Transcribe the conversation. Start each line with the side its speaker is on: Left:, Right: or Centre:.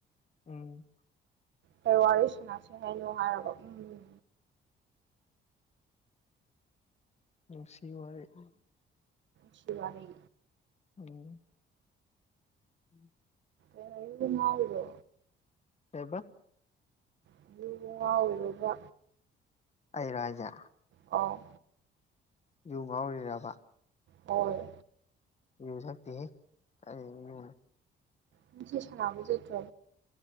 Left: ꯎꯝ
Right: ꯀꯩ ꯋꯥꯔꯤ ꯁꯟꯅꯁꯤ ꯍꯥꯏꯅꯣ ꯍꯥꯏꯒ ꯎꯝ
Left: ꯅꯨꯡꯁꯤ ꯋꯥꯔꯤ ꯎꯝ
Right: ꯆꯠꯂꯣꯍꯩ
Left: ꯎꯝ ꯎꯝ
Right: ꯑꯗꯨꯅꯦ ꯍꯥꯏꯖꯦ
Left: ꯀꯩꯕ
Right: ꯑꯗꯨꯖꯨ ꯉꯥꯎꯕꯗꯨꯗꯥ
Left: ꯑꯩꯔꯥ ꯍꯥꯏꯖꯦ
Right: ꯑꯥꯎ
Left: ꯌꯨ ꯉꯥꯎꯔꯤꯔꯥꯕ
Right: ꯍꯣꯏ
Left: ꯌꯨ ꯊꯛꯇꯦꯍꯦ <unintelligible>
Right: ꯅꯪ ꯆꯦ ꯁꯥꯕ ꯆꯠꯇ꯭ꯔꯣ